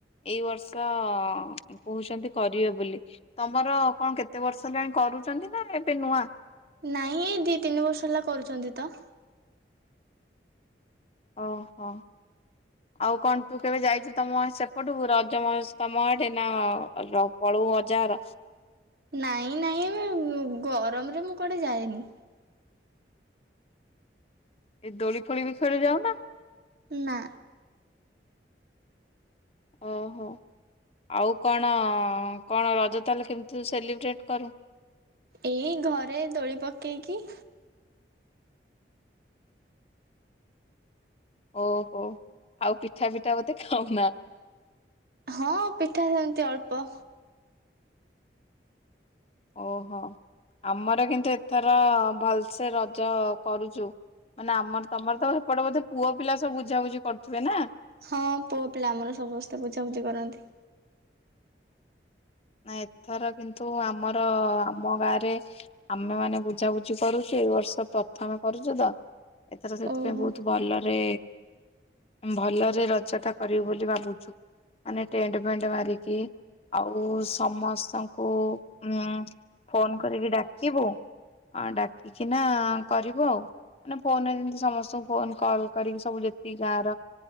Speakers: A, on the left (about 35°); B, on the right (about 55°).
A: ଏଇ ବର୍ଷ କହୁଛନ୍ତି କରିବେ ବୋଲି ତମର କଣ କେତେ ବର୍ଷ ହେଲାଣି କରୁଛନ୍ତି ନା ଏବେ ନୂଆ।
B: ନାଇଁ ଏଇ ଦି ତିନି ବର୍ଷ ହେଲା କରୁଛନ୍ତି ତ।
A: ଓହୋ ଆଉ କଣ ତୁ କେବେ ଯାଇଛୁ ତମ ସେପଟୁ ରଜମହୋତ୍ସମ ତମ ଆଡେ ନା ପଳଉ ଅଜାଘର।
B: ନାଇଁ ନାଇଁ ଗରମରେ ମୁଁ କଆଡେ ଯାଏନି।
A: ଏ ଦୋଳି ଫୋଳି ବିଷୟରେ ଯାଉନା।
B: ନା।
A: ଓହୋ ଆଉ କଣ କଣ ରଜ ତାହାଲେ କେମିତି ସେଲିବ୍ରେଟ୍ କରୁ?
B: ଏଇ ଘରେ ଦୋଳି ପକେଇକି।
A: ଓହୋ ଆଉ ପିଠା ପିଠା ବୋଧେ ଖାଉନା?
B: ହଁ ପିଠା ସେମିତି ଅଳ୍ପ।
A: ଓହୋ ଆମର କିନ୍ତୁ ଏଥର ଭଲସେ ରଜ କରୁଛୁ ମାନେ ଆମର ତମର ତ ଏପଟେ ବୋଧେ ପୁଅ ପିଲା ସବୁ ବୁଝାବୁଝି କରୁଥିବେ ନା।
B: ହଁ ପୁଅ ପିଲା ଆମର ସମସ୍ତେ ବୁଝାବୁଝି କରନ୍ତି।
A: ନାଇ ଏଥର କିନ୍ତୁ ଆମର ଆମ ଗାଁରେ ଆମେ ମାନେ ବୁଝାବୁଝି କରୁଚୁ ଏଇ ବର୍ଷ ପ୍ରଥମେ କରୁଚୁ ତ। ଏଥର ସେଥିପାଇଁ
B: ଓହୋ
A: ବହୁତ ଭଲ। ରେ ଭଲରେ ରଜଟା କରିବୁ ବୋଲି ଭାବୁଚୁ ମାନେ ଟେଣ୍ଟ ଫେଣ୍ଟ ମାରିକି ଆଉ ବୋ ସମସ୍ତଙ୍କୁ ଉ ଫୋନ କରିକି ଡାକିବୁ ଆ ଡାକିକିନା କରିବୁ ଆଉ ମାନେ ଫୋନରେ ଯେମିତି ସମସ୍ତଙ୍କୁ ଫୋନ କଲ୍ କରିକି ସବୁ ଯେତିକି ଗାଁର